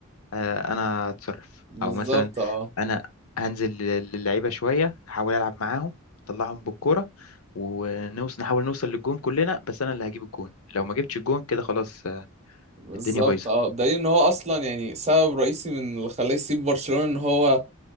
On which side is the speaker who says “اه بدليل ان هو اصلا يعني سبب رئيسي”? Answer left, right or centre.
Right